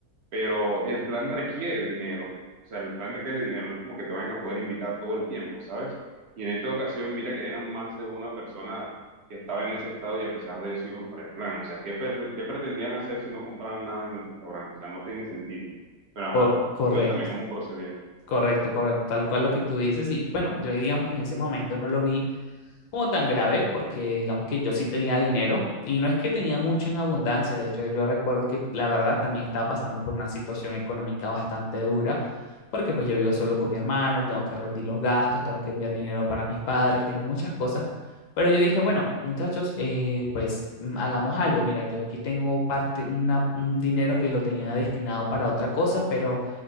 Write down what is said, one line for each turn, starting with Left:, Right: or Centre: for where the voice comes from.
Right: pero el plan requiere dinero, o sea, el plan requiere dinero, no es como que te vayan a poder invitar todo el tiempo, ¿sabes? Y en esta ocasión, mira que eran más de una persona que estaba en ese estado y a pesar de eso iban para el plan, o sea, ¿qué, per- qué pretendían hacer si no compraban nada en un restaurante? O sea, no tiene sentido, pero
Left: Cor-
Right: ajá,
Left: correcto,
Right: cuéntame cómo procedió.
Left: correcto, correcto, tal cual lo que tú dices y bueno, yo digamos que en ese momento no lo vi como tan grave, porque digamos que yo sí tenía dinero y no es que tenía mucho en abundancia, de hecho yo recuerdo que la verdad también estaba pasando por una situación económica bastante dura, porque pues yo vivo solo con mi hermano, tengo que rendir los gastos, tengo que enviar dinero para mis padres, tengo muchas cosas, pero yo dije, bueno, muchachos, eh, pues mm, hagamos algo, mira, yo aquí tengo parte, una- un dinero que lo tenía destinado para otra cosa, pero